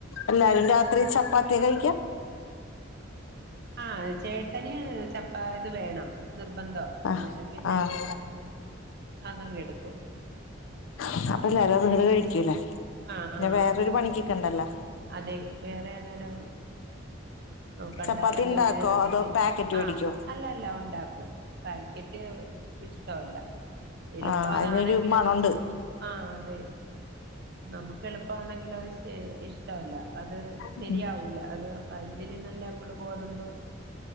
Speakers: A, on the left (about 80°); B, on the right (about 50°).
A: എല്ലാരും രാത്രി ചപ്പാത്തിയാ കഴിക്ക
B: ആ ചേട്ടന് ചപ്പ ഇത് വേണം നിർബന്ധവാ
A: അ
B: അന്നേരം പിന്നെ
A: ഹ് ആഹ്
B: അതങ്ങ് എടുക്കും
A: <unintelligible> കഴിക്കൂലേ
B: ആഹ്
A: പിന്നെ
B: ആഹ്
A: വേറൊരു പണിക്ക്കെണ്ടല്ലോ
B: അതെ വേറെ അന്നേരം നോകണ്ടാല
A: ചപ്പാത്തി
B: ഒന്ന്
A: ഇണ്ടാക്കോ
B: <unintelligible>
A: അതോ
B: ചെയ്യും
A: പാക്കറ്റ് മേടിക്കോ
B: ആ് അല്ല അല്ല ഉണ്ടാക്കും പാക്കറ്റ് ഇഷ്ടല്ല എളുപ്പ
A: ആഹ്
B: അതാണെങ്കിലും
A: അതിനൊരു മണണ്ട്
B: ആ അതെ നമുക്ക് എളുപ്പമാണെങ്കിലും അത് ഷെ ഇഷ് ല അത്
A: ഉം
B: ശരിയാവൂല അത് <unintelligible> ദെമ്പ്ള് ബോധം പ്പൊ